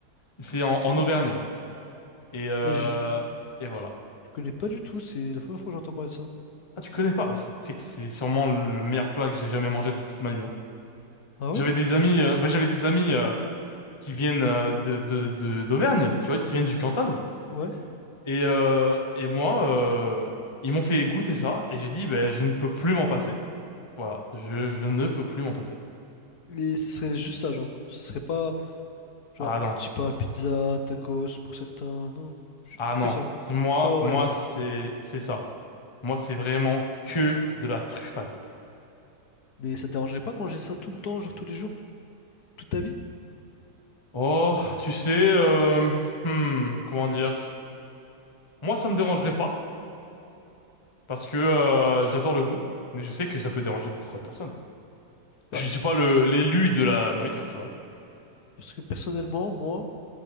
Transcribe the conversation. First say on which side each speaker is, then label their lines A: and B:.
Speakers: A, on the left (about 20°); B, on the left (about 70°).
A: C'est en,
B: Ok.
A: en Auvergne. Et, euh,
B: Mais je...
A: et voilà.
B: Je je connais pas du tout, c'est la première fois que j'entends parler de ça.
A: Ah, tu connais pas? Bah, C'est c'est que c'est sûrement le meilleur plat que j'ai jamais mangé de toute ma vie. hein.
B: Ah ouais?
A: J'avais des amis, euh, bah, j'avais des amis euh, qui viennent euh, de, de, de- d'Auvergne, tu vois, qui viennent du Cantal.
B: Ouais.
A: Et, euh, et moi, euh, ils m'ont fait goûter ça et j'ai dit, ben, je ne peux plus m'en passer. Voilà, je, je ne peux plus m'en passer.
B: Et ce serait juste ça, genre. Ce serait pas, genre,
A: Ah non,
B: je sais pas, pizza, tacos pour certains, non. J-
A: ah non,
B: Que ça.
A: c'est moi,
B: Ça ou
A: moi
B: rien, genre.
A: c'est c'est ça. Moi c'est vraiment que de la truffade.
B: Mais ça te dérangerait pas de manger ça tout le temps, genre tous les jours, toute ta vie?
A: Oh, tu sais, euh, hmm, comment dire? Moi ça me dérangerait pas parce que euh, j'adore le goût, mais je sais que ça peut déranger d'autres personnes.
B: Bah,
A: Je suis pas le l'élu de la nourriture, tu vois.
B: parce que personnellement, moi,